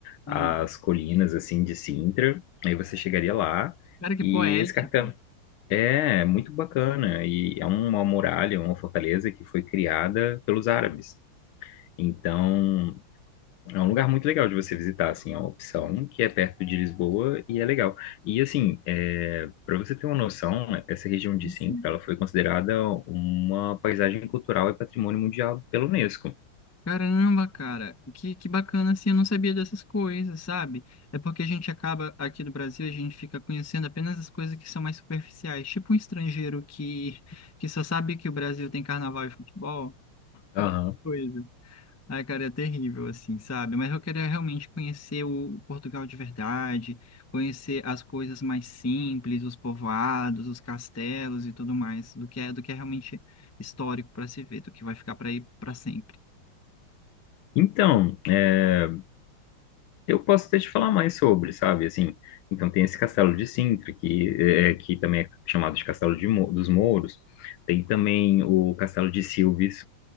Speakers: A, on the left (about 20°); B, on the left (about 75°).
A: Ah,
B: as colinas, assim, de Sintra, aí você chegaria lá,
A: cara, que
B: e
A: poético.
B: esse castelo é muito bacana, e é uma muralha, uma fortaleza que foi criada pelos árabes. Então, é um lugar muito legal de você visitar, assim, é uma opção que é perto de Lisboa e é legal. E, assim, para você ter uma noção, né, essa região de Sintra,
A: Sim.
B: ela foi considerada uma paisagem cultural e patrimônio mundial pela Unesco.
A: Caramba, cara, que, que bacana assim, eu não sabia dessas coisas, sabe? É porque a gente acaba, aqui no Brasil, a gente fica conhecendo apenas as coisas que são mais superficiais, tipo um estrangeiro que, que só sabe que o Brasil tem carnaval e futebol,
B: Aham.
A: coisa. Ai, cara, é terrível, assim, sabe? Mas eu queria realmente conhecer o Portugal de verdade, conhecer as coisas mais simples, os povoados, os castelos e tudo mais, do que é, do que é realmente histórico para se ver, do que vai ficar para ir para sempre.
B: Então, é, eu posso até te falar mais sobre, sabe, assim, então tem esse castelo de Sintra, que, é, é, que também é chamado de Castelo de Mo- dos Mouros, tem também o Castelo de Silves,